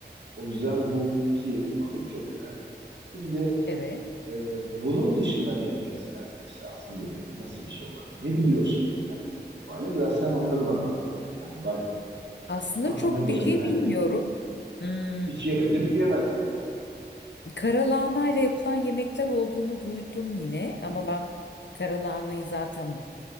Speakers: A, on the right (about 80°); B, on the left (about 85°).
A: o yüzden bu iki balık çok önemli. Şimdi
B: Evet.
A: e, bunun dışında ne yemek istersin? Mesela asıl yemek nasıl bir şey olabilir? Ne biliyorsun Karadeniz mutfağıyla? Biraz sen onları bana anlat. Yani
B: Aslında
A: Aklına
B: çok
A: gelenler
B: bir şey bilmiyorum.
A: neler?
B: Hmm,
A: Hiç yemedim diyemezsin ama ya.
B: karalahana ile yapılan yemekler olduğunu duydum yine ama ben karalahanayı zaten